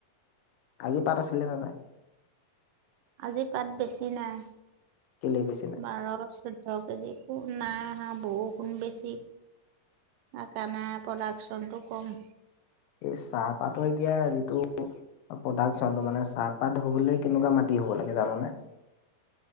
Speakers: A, on the left (about 85°); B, on the right (about 80°).
A: আজি পাত আছিলে নেনাই
B: আজি পাত বেছি নাই
A: কেলে বেছি নাই
B: বাৰ চৈধ্য কেজি একো নাই হা বহু।। গুণ বেছি সেইকাৰণে প্ৰডাকচন টো কম।
A: এই চাহপাতৰ এতিয়া যিটো প্ৰডাকচনটো, মানে চাহপাত হবলৈ।। কেনেকুৱা মাটি হ'ব লাগে জাননে